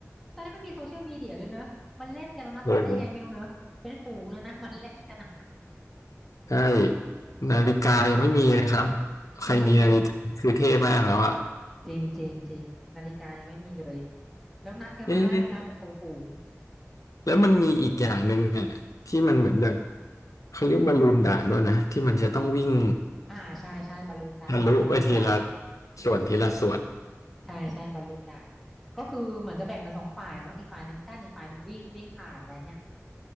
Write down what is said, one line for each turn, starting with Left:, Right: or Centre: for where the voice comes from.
Centre: ตอนนั้นไม่มีโซเชียลมีเดียด้วยเนอะมันเล่นกันนนัดกันได้ยังไงไม่รู้เนอะเป็นฝูงเลยนะ
Left: เออ
Centre: <laughs> มันเล่นกันอะ
Left: ใช่นาฬิกายังไม่มีเลยครับ ใครมีนาฬิกาคือเท่มากแล้วอะ
Centre: จริงจริงจริงจริงนาฬิกายังไม่มีเลยแล้วนัดกันมาได้ด้วยนะเป็นฝูง
Left: เอ๊ะแล้วมันมีอีกอย่างหนึ่งอะที่มันเหมือนแบบเขาเรียกบอลลูนด่านด้วยนะที่มันจะต้องวิ่ง
Centre: ๆอ่าใช่ใช่บอลลูนด่านค่ะบอลลูนด่าน
Left: ทะลุไปทีละส่วนทีละส่วน
Centre: ใช่ใช่บอลลูนด่านก็คือเหมือนจะแบ่งเป็นสองฝ่ายเนาะอีกฝ่ายหนึ่งกั้นอีกฝ่ายหนึ่งวิ่งวิ่งผ่านอะไรเงี้ย